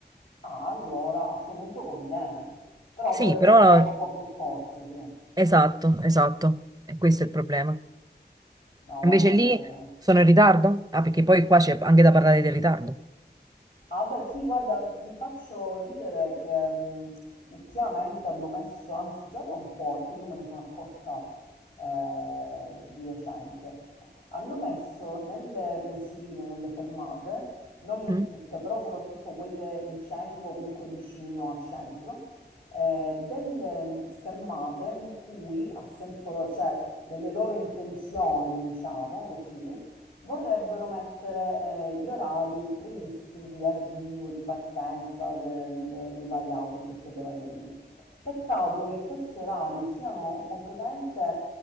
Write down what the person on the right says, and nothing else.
Sì,
però
esatto, esatto, e questo è il problema.
Invece lì
sono in ritardo? Ah, perché poi qua c'è anche da parlare del ritardo.
Mm,